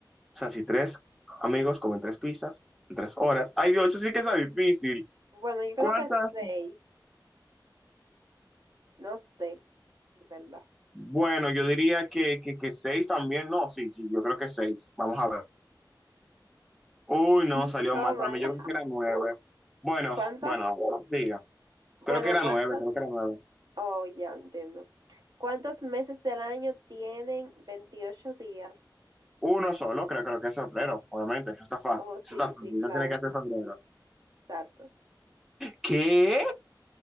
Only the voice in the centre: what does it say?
O sea, si tres amigos comen tres pizzas en tres horas. Ay, Dios, eso sí que está difícil.
¿Cuántas?
Bueno, yo diría que, que, que seis también. No, sí, sí, yo creo que seis. Vamos a ver. Uy, no,
salió
mal. Para
mí yo
creo que era nueve. Bueno,
s- bueno, siga.
Creo que era
nueve, creo que era nueve.
Uno solo, creo, creo que es febrero, obviamente. Eso está fácil.
Eso
está fácil.
No
tiene que ser febrero.
¿Qué?